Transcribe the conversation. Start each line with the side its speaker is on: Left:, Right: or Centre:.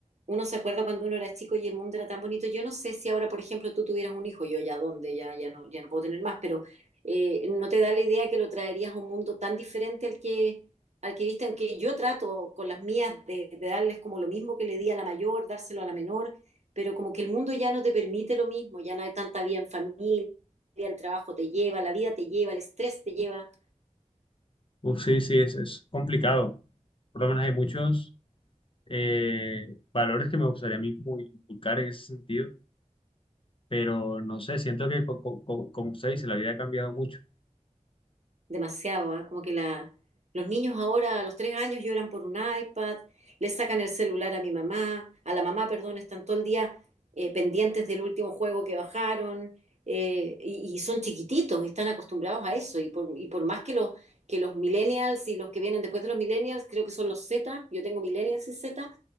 Right: uno se acuerda cuando uno era chico y el mundo era tan bonito. Yo no sé si ahora, por ejemplo, tú tuvieras un hijo, yo ya dónde, ya, ya no, ya no puedo tener más, pero eh, ¿no te da la idea que lo traerías a un mundo tan diferente al que, al que viste? Aunque yo trato con las mías de, de darles como lo mismo que le di a la mayor, dárselo a la menor, pero como que el mundo ya no te permite lo mismo, ya no hay tanta vida en familia, el trabajo te lleva, la vida te lleva, el estrés te lleva.
Left: Uf, sí, sí, es, es complicado. Por lo menos hay muchos eh, valores que me gustaría a mí como inculcar en ese sentido, pero no sé, siento que co- co- co- como usted dice, la vida ha cambiado mucho.
Right: demasiado, ¿ah? Como que la, los niños ahora a los tres años lloran por un iPad, le sacan el celular a mi mamá, a la mamá, perdón, están todo el día eh, pendientes del último juego que bajaron, eh, y, y son chiquititos, están acostumbrados a eso, y por, y por más que los, que los millennials y los que vienen después de los millennials, creo que son los Z, yo tengo millennials y Z,